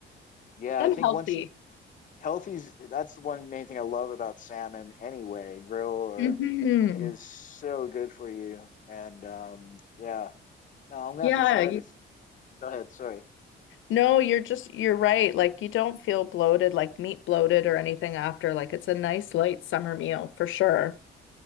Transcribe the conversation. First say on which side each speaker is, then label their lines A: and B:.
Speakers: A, on the left; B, on the left.
A: Yeah,
B: and
A: I think
B: healthy.
A: once you healthy's that's the one main thing I love about salmon anyway, grill or
B: hmm
A: it is so good for you. And um yeah. No, I'm gonna
B: Yeah,
A: have to try this. Go ahead, sorry.
B: No, you're just, you're right. Like you don't feel bloated, like meat bloated or anything after. Like it's a nice light summer meal for sure.